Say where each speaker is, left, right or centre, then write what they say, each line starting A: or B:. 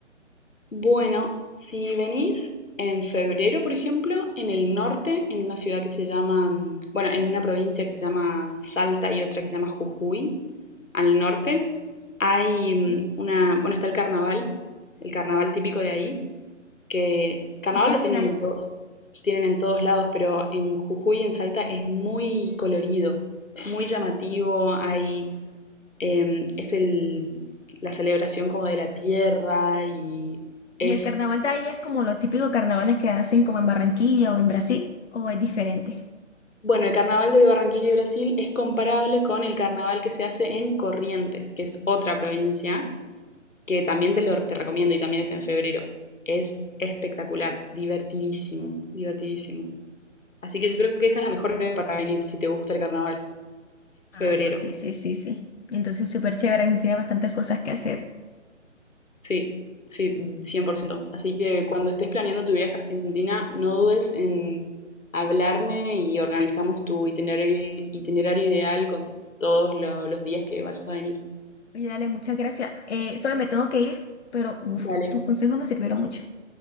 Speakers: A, on the left; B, on the left.
A: Bueno, si venís en febrero, por ejemplo, en el norte, en una ciudad que se llama, mm, bueno, en una provincia que se llama Salta y otra que se llama Jujuy, al norte, hay mm,
B: Sí.
A: una, bueno, está el carnaval, el carnaval típico de ahí, que carnaval
B: ¿Y qué hacen
A: lo tienen
B: ahí?
A: en todo- tienen en todos lados, pero en Jujuy y en Salta es muy colorido, muy llamativo, hay, em, es el, la celebración como de la tierra y
B: ¿Y
A: es
B: el carnaval de ahí es como los típicos carnavales que hacen como en Barranquilla o en Brasil? ¿O es diferente?
A: Bueno, el carnaval de Barranquilla y Brasil es comparable con el carnaval que se hace en Corrientes, que es otra provincia, que también te lo te recomiendo y también es en febrero. Es espectacular, divertidísimo, divertidísimo. Así que yo creo que esa es la mejor época para venir si te gusta el carnaval, febrero.
B: Ah, no, sí, sí, sí, sí. Entonces, súper chévere, Argentina, bastantes cosas que hacer.
A: Sí, sí, 100%. Así que cuando estés planeando tu viaje a Argentina, no dudes en hablarme y organizamos tu itinerario, itinerario ideal con todos lo- los días que vayas a venir.
B: Oye, dale, muchas gracias. Eh, Zoe, me tengo que ir, pero uf,
A: Dale.
B: tus consejos me sirvieron mucho.